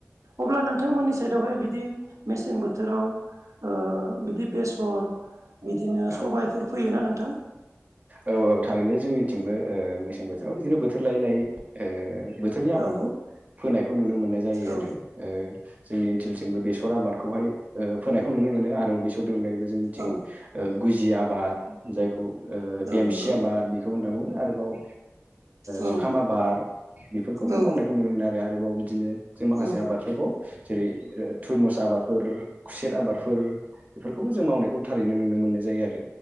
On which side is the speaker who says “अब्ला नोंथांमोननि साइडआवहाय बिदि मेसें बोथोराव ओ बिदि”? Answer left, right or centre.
Right